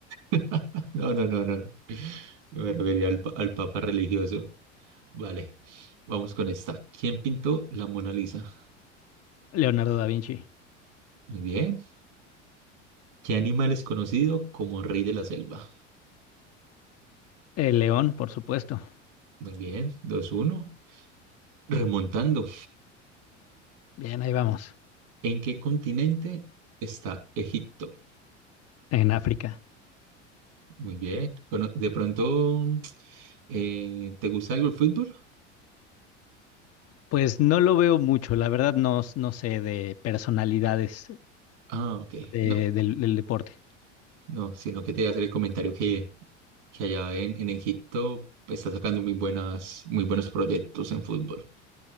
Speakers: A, on the right (about 65°); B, on the left (about 40°).
A: <laughs> No, no, no, no. Yo me refería al, pa- al papa religioso. Vale, vamos con esta. ¿Quién pintó la Mona Lisa?
B: Leonardo da Vinci.
A: Muy bien. ¿Qué animal es conocido como rey de la selva?
B: El león, por supuesto.
A: Muy bien. Dos uno. Remontando.
B: Bien, ahí vamos.
A: ¿En qué continente está Egipto?
B: En África.
A: Muy bien. Cono- ¿De pronto eh, te gusta algo el fútbol?
B: Pues no lo veo mucho, la verdad no, no sé de personalidades
A: Ah, ok.
B: eh,
A: No,
B: del, del deporte.
A: no, sino que te iba a hacer el comentario que, que allá en, en Egipto pues, está sacando muy buenas, muy buenos proyectos en fútbol.